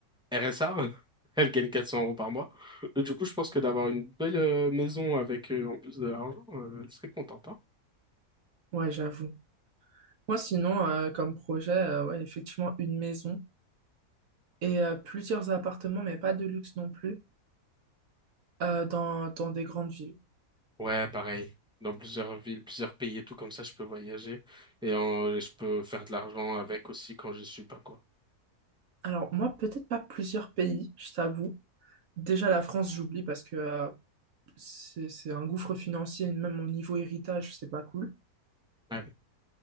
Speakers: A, in the centre; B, on the right.
A: RSA. <laughs> Elle gagne 400 euros par mois. Et du coup, je pense que d'avoir une belle euh, maison avec euh, en plus de l'argent, euh, elle serait contente, hein.
B: Ouais, j'avoue. Moi, sinon, euh, comme projet, euh, ouais, effectivement, une maison et euh, plusieurs appartements, mais pas de luxe non plus, euh, dans, dans des grandes villes.
A: Ouais, pareil. Dans plusieurs villes, plusieurs pays et tout, comme ça, je peux voyager et euh, je peux faire de l'argent avec aussi quand je suis pas, quoi.
B: Alors, moi, peut-être pas plusieurs pays, je t'avoue. Déjà, la France, j'oublie parce que euh, c'est, c'est un gouffre financier, et même au niveau héritage, c'est pas cool.
A: Ouais.